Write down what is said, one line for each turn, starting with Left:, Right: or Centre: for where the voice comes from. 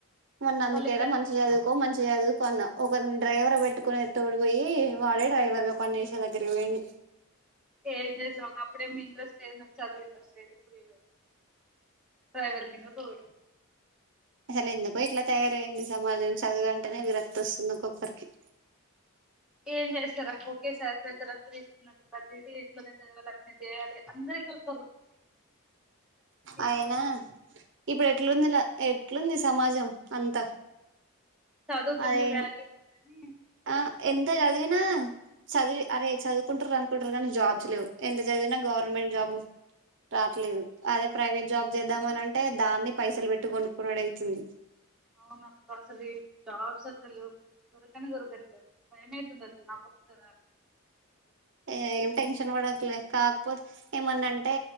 Right: మొన్న అందుకేరా
Centre: వాళ్ళు ఎటంటే
Right: మంచి చదువుకో మంచి చదువుకో అన్న ఓక్ రిని డ్రైవర్ పెట్టుకునే తోడి పోయి వాడే డ్రైవర్ గా పనిసే దగ్గరికి పోయిండు
Centre: ఏది చేసిన ఒక అప్పుడేమి ఇంట్రెస్ట్ లేదు నాకు చదువు ఇంట్రెస్ట్ లేదు డ్రైవర్ కింద పోయిండు
Right: అసలు ఎందుకో ఇట్లా తయారయ్యిండు సమాజం చదువంటనే విరక్తి వస్తుంది ఒక్కొక్కరికి
Centre: ఏం చేస్తారు అక్క ఒక్కే సారి ప్రజలందరూ తీసుకున్న ప్రతిదీ ఇట్లోనే చదవాల అంటే చేయాలి అందరి ఓక్
Right: అయనా
Centre: నచ్చకుండా
Right: ఇప్పుడు ఎట్లాందిలా ఎట్లుంది సమాజం అంతా
Centre: చదువుతనే
Right: అదే
Centre: వాల్యూ అని
Right: ఆ ఎంత చదివినా చదివి అరే చదువుకుంటారు అనుకుంటారు కానీ జాబ్స్ లేవు ఎంత చదివినా గవర్నమెంట్ జాబ్ రావట్లేదు అదే ప్రైవేట్ జాబ్ చేద్దామని అంటే దాన్ని పైసలు పెట్టి కొనుక్కున్నడు అయితుంది
Centre: అవునా అసలే జాబ్స్ అసలు దొరకనే దొరకట్లేవు భయమావు తుంది అసలు నాకొస్తదా
Right: ఏం టెన్షన్ పడకలే కాకపోతే ఏమన్నా అంటే